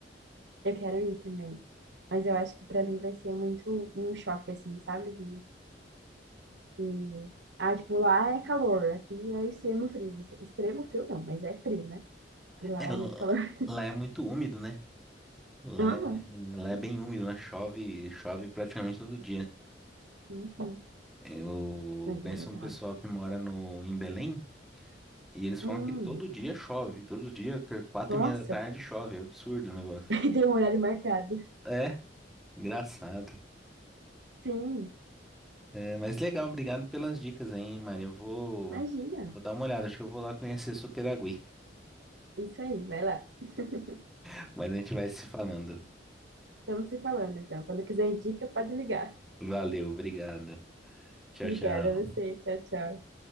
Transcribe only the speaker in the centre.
É, l-
lá é muito úmido, né? Lá
é, lá
é bem úmido, né? Chove, chove praticamente todo dia.
Eu
conheço
um pessoal que mora no, em Belém. E eles falam
que todo dia chove, todo dia, que quatro
e meia da tarde chove, é absurdo o negócio.
É, engraçado.
É, mas legal, obrigado pelas dicas aí, hein, Maria. Eu vou,
vou dar uma olhada, acho que eu vou lá conhecer Superagui.
<laughs> Mas a gente vai se falando.
Valeu, obrigado. Tchau,
tchau.